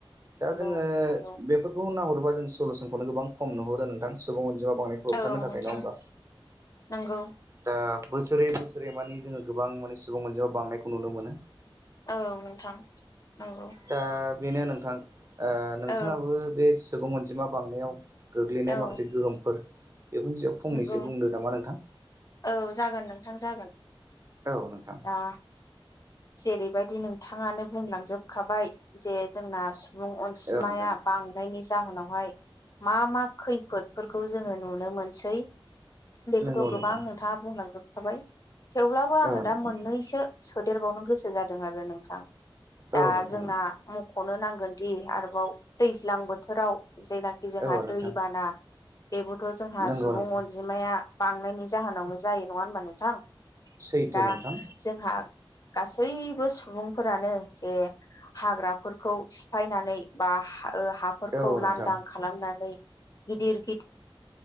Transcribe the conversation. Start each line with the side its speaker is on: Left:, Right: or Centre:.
Right: दा
Left: नंगौ
Right: जोङो
Left: नंगौ
Right: बेफोरखौ नाहर बा जों सलुसनखौनो गोबां खम नुहरो नोंथां, सुबुं अनजिमा बांनायखौ होबथानो
Left: औ
Right: थाखाय
Left: नोंथां
Right: नङा होमबा?
Left: नंगौ
Right: दा बोसोरै बोसोरै माने जोङो गोबां माने सुबुं अनजिमा बांनायखौ नुनो मोनो।
Left: औ नोंथां। नंगौ
Right: दा बेनो नोंथां ओ नोंथाङाबो
Left: औ
Right: बे सुबुं अनजिमा बांनायाव गोग्लैनाय
Left: औ
Right: माखासे गोहोमफोर बेफोरनि सायाव फंनैसो
Left: नंगौ
Right: बुंदो नामा नोंथां?
Left: औ जागोन नोंथां जागोन
Right: औ नोंथां।
Left: दा जेरैबायदि नोंथाङानो बुंलांजोबखाबाय जे जोंना सुबुं अनसिमाया
Right: औ नोंथां
Left: बांनायनि जाहोनावहाय मा मा खैफोदफोरखौ जोङो नुनो मोन सै, बेखौथ'
Right: नंगौ
Left: गोबां
Right: नोंथां
Left: नोंथाङा बुंलांजोबखाबाय। थेवब्लाबो आङो
Right: औ
Left: दा
Right: नोंथां
Left: मोननैसो सोदेरबावनो गोसो जादों आरो नोंथां। दा
Right: औ नोंथां
Left: जोंना मख'नो नांगोनदि आरोबाव दैज्लां बोथोराव जेनाखि जोंहा
Right: औ औ
Left: दैबाना
Right: नोंथां
Left: बेबोथ' जोंहा
Right: नंगौ
Left: सुबुं
Right: नोंथां
Left: अनजिमाया बांनायनि जाहोनावनो जायो नङा होनबा नोंथां?
Right: सैथो
Left: दा
Right: नोंथां
Left: जोंहा गासैबो सुबुंफोरानो जे हाग्राफोरखौ सिफायनानै बा हा ओ हाफोरखौ
Right: औ नोंथां
Left: लांदां खालामनानै गिदिर गिदिर